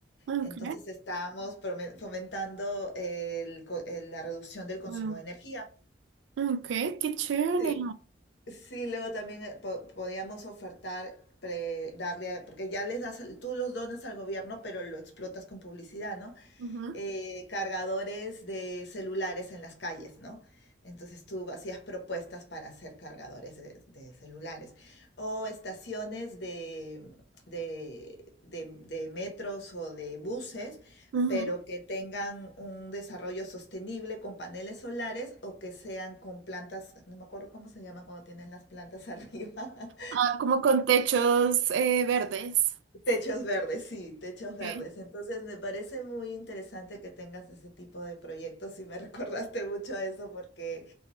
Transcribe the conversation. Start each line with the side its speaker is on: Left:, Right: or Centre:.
Right: ok,
Left: Entonces estábamos prome- fomentando el co- el- la reducción del consumo
Right: bueno,
Left: de energía.
Right: ok, qué chévere.
Left: Sí, sí, luego también eh, po- podíamos ofertar, pre- darle, a- porque ya les das, el- tú los donas al gobierno, pero lo explotas con publicidad, ¿no?
Right: Ujú,
Left: eh, cargadores de celulares en las calles, ¿no? Entonces tú hacías propuestas para hacer cargadores de, de celulares. O estaciones de, de, de- de metros o de buses,
Right: ujú.
Left: pero que tengan un desarrollo sostenible con paneles solares o que sean con plantas, no me acuerdo cómo se llama cuando tienen las plantas <laughs> arriba.
Right: Ah, como con techos eh, verdes.
Left: Techos verdes, sí, techos
Right: Ok,
Left: verdes. Entonces me parece muy interesante que tengas ese tipo de proyectos y me <laughs> recordaste mucho a eso porque